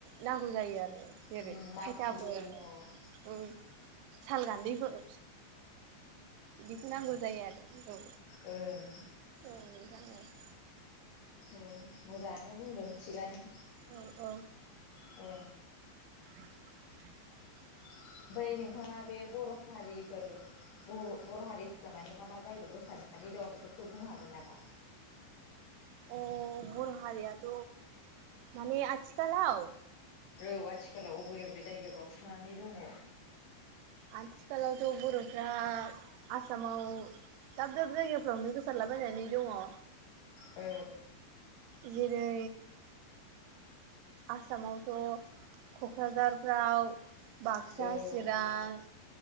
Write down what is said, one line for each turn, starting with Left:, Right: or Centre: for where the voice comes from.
Right: नांगौ जायो आरो जेरै
Left: उम माखुबो
Right: खायथाफोर
Left: दङ ओं
Right: ओम साल गानदैफोर बिखौ नांगौ जायो आरो औ
Left: ओं
Right: औ जनो <unintelligible>
Left: औ मोजाङानो बुंदों थिगानो
Right: औ औ
Left: अ
Right: <unintelligible>
Left: ओमफ्राय नोंथाङा बे बर' हारिफोर बर' हारिफ्रा माने मा मा जायगायाव गोसारनानै दं बेफोरखौ बुंनो हागोन नामा?
Right: अ बर' हारियाथ' माने आथिखालाव
Left: औ आथिखालाव बबे बबे जायगायाव गावस्रांनानै दङ
Right: आथिखालावथ' बर'फ्रा आसामाव दाब दाब जायगाफ्रावनो गोसारलाबायनानै दङ
Left: ओ
Right: जेरै आसामावथ' क'क्राझारफ्राव बाक्सा
Left: औ
Right: चिरां